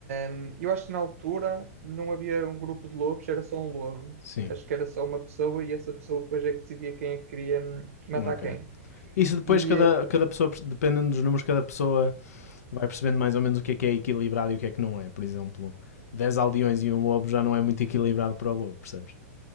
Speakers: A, on the right; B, on the left.
A: hum, eu acho que na altura não havia um grupo de lobos, era só um lobo.
B: Sim.
A: Eu acho que era só uma pessoa e essa pessoa depois é que decidia quem é que queria hum, matar
B: Ok.
A: quem.
B: Isso depois
A: E
B: cada,
A: eh,
B: cada pessoa, dependendo dos números, cada pessoa vai percebendo mais ou menos o que é que é equilibrado e o que é que não é. Por exemplo, 10 aldeões e um lobo já não é muito equilibrado para o lobo, percebes?